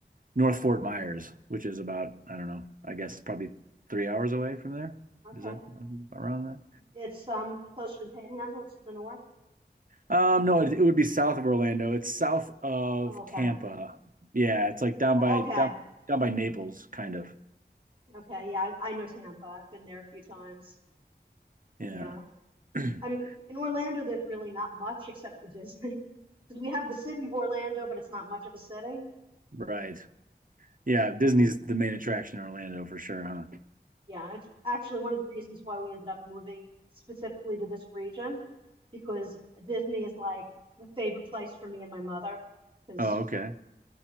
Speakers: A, on the right; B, on the right.
A: North Fort Myers, which is about, I don't know, I guess probably three hours away from there.
B: Okay,
A: Is that um, around that?
B: it's um closer to the Panhandle. It's to the north.
A: Um, no, it, it would be south of Orlando. It's south of
B: Oh, okay.
A: Tampa. Yeah, it's like down
B: Oh,
A: by
B: okay.
A: down down by Naples, kind of.
B: Okay. Yeah, I, I know Tampa. I've been there a few times.
A: Yeah.
B: Yeah.
A: <clears throat>
B: I mean, in Orlando, there's really not much except for Disney. 'Cause we have the city of Orlando, but it's not much of a city.
A: Right. Yeah, Disney's the main attraction in Orlando for sure, huh?
B: Yeah, it's actually one of the reasons why we ended up moving specifically to this region because Disney is like the favorite place for me and my mother because
A: Oh, okay.